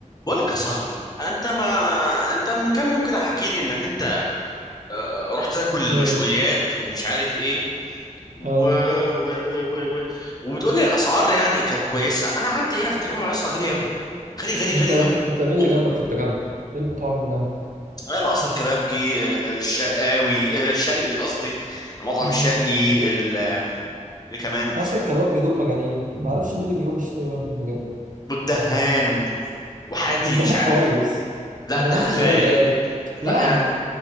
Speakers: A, on the left (about 30°); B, on the right (about 85°).
A: بقولك يا صاحبي انت ما انت من كام يوم كده حكي لي انك انت آه، آه، رحت تاكل
B: ايه
A: مشويات ومش عارف ايه و...
B: اه
A: و... و... و... و... وبتقول لي الاسعار يعني كانت كويسه انا عندي هنا في التجمع يا اسطى غالي قوي غالي غالي
B: انت
A: غالي قوي
B: انت مين
A: اوفر
B: اللي جنبك في التجمع؟ ايه المطاعم اللي جنبك؟
A: آه، القصر الكبابجي ال- الشرقاوي آه، الشرقي قصدي المطعم
B: امم
A: الشرقي ال... آه، كمان
B: عصر الكبابجي دول مجانين ما اعرفش مين اللي بيروح يشتري منهم بجد
A: والدهان وحاتي
B: الدهان
A: مش عارف
B: كويس
A: لا
B: الدهان
A: الدهان غالي
B: مش غالي قوي
A: لا
B: يعني
A: يعني